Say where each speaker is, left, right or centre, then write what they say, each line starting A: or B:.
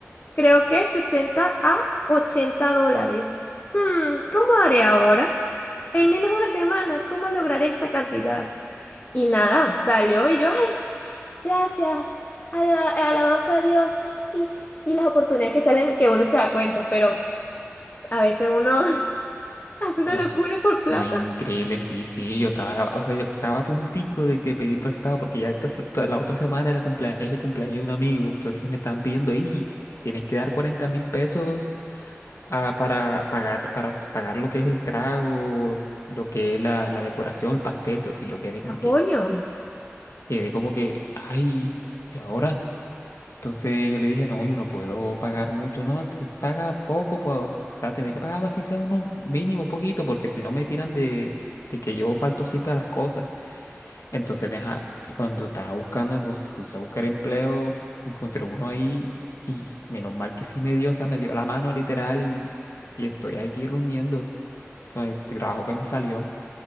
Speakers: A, on the left (about 40°); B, on the left (about 85°).
A: creo que sesenta a ochenta dólares. Hmm, ¿cómo haré ahora? En menos de una semana, ¿cómo lograré esta cantidad? Y nada, salió y yo, ¡ah! Gracias, ala- alabados a Dios. Y, y las oportunidades que salen que uno se da cuenta, pero a veces uno <laughs> hace
B: No,
A: una locura
B: sí.
A: por plata.
B: No, increíble, sí, sí, yo estaba, o sea, yo estaba a puntico de que pedí prestado porque ya esta se- toda la otra semana era cumplea- es el cumpleaños de un amigo, entonces me estaban pidiendo ahí, tienes que dar cuarenta mil pesos ah, para pagar, para pagar lo que es el trago, lo que es la, la decoración, el pastel, entonces yo quedé como
A: ¿A
B: que,
A: coño?
B: quedé como que, ay, ¿y ahora? Entonces yo le dije, no, yo no puedo pagar mucho, no, entonces paga poco, po- o sea, tendré que pagar así sea uno mínimo, poquito, porque si no me tiran de, de que yo falto siempre a las cosas. Entonces, me ja- cuando estaba buscando, pues puse a buscar empleo, encontré uno ahí y menos mal que sí me dio, o sea, me dio la mano literal y, y estoy aquí reuniendo con el trabajo que me salió.